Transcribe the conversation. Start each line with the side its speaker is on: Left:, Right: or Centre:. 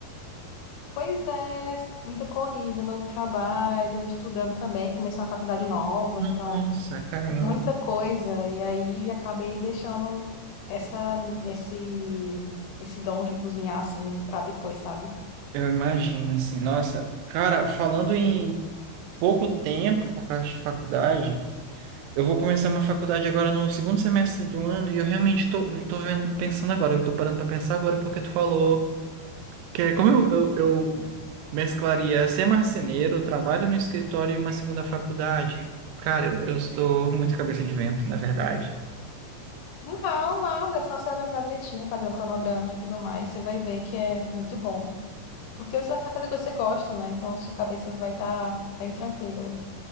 Left: Pois é, vida corrida, novo trabalho, estudando também, comecei uma faculdade nova, então.
Right: Nossa, caramba.
Left: muita coisa e aí acabei deixando essa esse esse dom de cozinhar assim pra depois, sabe?
Right: Eu imagino assim. Nossa, cara, falando em pouco tempo por causa de faculdade, eu vou começar uma faculdade agora no segundo semestre do ano e eu realmente tô, eu tô vendo, pensando agora, eu tô parando pra pensar agora porque tu falou que é como eu, eu, eu mesclaria ser marceneiro, trabalho no escritório e uma segunda faculdade. Cara, eu, eu sou muito cabeça de vento, na verdade.
Left: Não, nada, é só se organizar direitinho, fazer um cronograma e tudo mais, você vai ver que é muito bom. Porque você vai fazer o que você gosta, né? Então sua cabeça vai estar bem tranquila.